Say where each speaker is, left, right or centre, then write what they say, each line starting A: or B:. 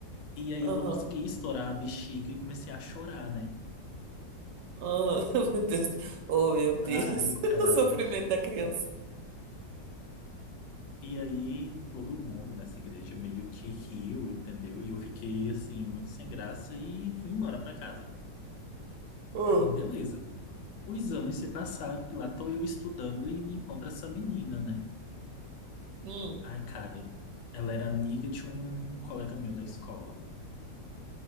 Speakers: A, on the left (about 75°); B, on the right (about 75°).
A: E aí
B: aham,
A: eu não consegui estourar a bexiga e comecei a chorar, né?
B: aham. <laughs> Meu Deus. Oh, meu Deus.
A: Ai, cara.
B: <laughs> O sofrimento da criança.
A: E aí todo mundo nessa igreja meio que riu, entendeu? E eu fiquei assim, muito sem graça e fui embora pra casa.
B: Oh,
A: Aí, beleza. Os anos se passaram e lá tô eu estudando e me encontro essa menina, né?
B: hum,
A: Ai, cara. Ela era amiga de um colega meu da escola.